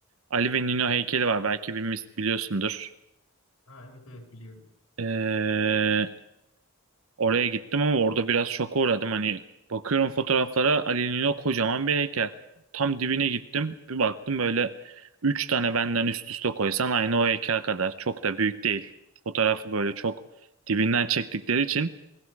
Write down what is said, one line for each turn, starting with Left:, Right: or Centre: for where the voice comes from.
Right: Ali ve Nino heykeli var. Belki bilmis- biliyorsundur.
Left: Aa, evet evet biliyorum.
Right: Ee, Oraya gittim ama orada biraz şoka uğradım. Hani bakıyorum fotoğraflara Ali'nin o kocaman bir heykel. Tam dibine gittim. Bir baktım böyle üç tane benden üst üste koysan aynı o heykel kadar. Çok da büyük değil. Fotoğrafı böyle çok dibinden çektikleri için